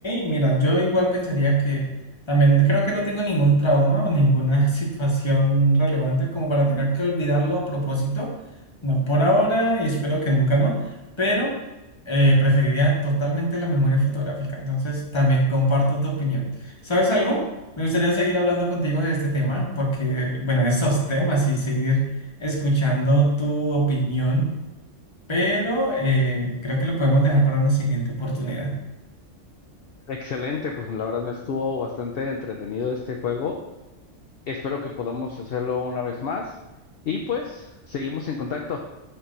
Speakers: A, on the left; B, on the left.
A: mira, yo igual pensaría que también creo que no tengo ningún trauma o ninguna <laughs> situación relevante como para tener que olvidarlo a propósito. No por ahora y espero que nunca no, pero eh, preferiría totalmente la memoria fotográfica. Entonces también comparto tu opinión. ¿Sabes algo? Me gustaría seguir hablando contigo de este tema porque, bueno, de estos temas y seguir escuchando tu opinión, pero eh, creo que lo podemos dejar para una siguiente oportunidad.
B: Excelente, pues la verdad me estuvo bastante entretenido este juego. Espero que podamos hacerlo una vez más. Y pues, seguimos en contacto.